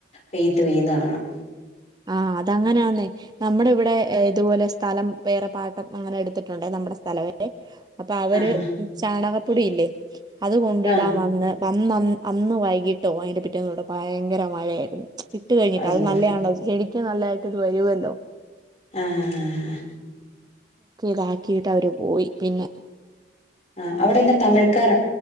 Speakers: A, on the left (about 40°); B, on the right (about 25°).
A: വെയ്ത്ത് പെയുന്ന കാണാം
B: ആഹ് അതങ്ങനെയാന്നേ നമ്മുടെ ഇവിടെ ഇതുപോലെ സ്ഥലം പേറെ പാട്ടം അങ്ങനെ എടുത്തിട്ടുണ്ട് നമ്മുടെ സ്ഥലവെ അപ്പൊ അവര്
A: ആഹ്
B: ചാണക പ്പടിയില്ലേ അത് കൊണ്ടിടാൻ
A: ആഹ്
B: വന്ന് വന്ന് അന്ന് വൈകിട്ടോ അതിന്റെ റ്റന്നൂ ഭയങ്കര മഴയായിരുന്നു ഇട്ട് കഴിഞ്ഞിട്ട്
A: അയ്യോ
B: അത് നല്ലതയാണ്ടോ ചെടിക്ക് നല്ലതായിട്ട് ഇത് വരുല്ലോ
A: ആഹ
B: ഇതാക്കിട്ട് അവര് പോയി പിന്നെ
A: ആ അവിടെന്നെ തമിഴക്കാർ